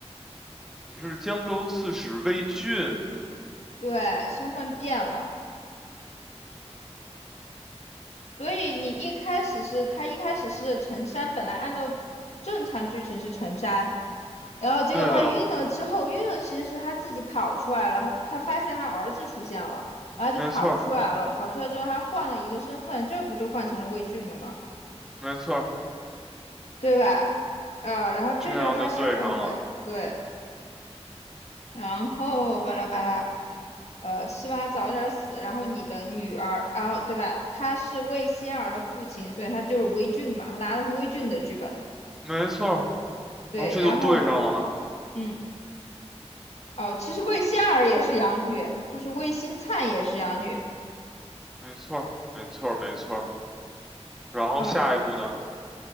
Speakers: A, in the centre; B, on the left.
A: 你是江州刺史魏俊，
B: 对，身份变了。所以你一开始是他一开始是陈山，本来按照正常剧情是陈山。然后结果他晕了之后，
A: 对的，
B: 晕了其实是他自己跑出来了，他他发现他儿子出现了，然后就跑出来了，
A: 没错儿
B: 跑出来之后他换了一个身份，这不就换成了魏俊了吗？
A: 没错儿
B: 对吧？呃，然后这就是他身份呗，
A: 这样就对上了，
B: 对，然后巴拉巴拉，呃，希望他早点死，然后你的女儿，然后对吧？他是魏仙儿的父亲，所以他就是魏俊嘛，他拿的是魏俊的剧本，
A: 没错儿
B: 对，
A: 然后这就对上了，
B: 然后嗯，哦，其实魏仙儿也是养女，就是魏新灿也是养女。
A: 没错儿没错儿没错儿然后下一步呢？
B: 嗯，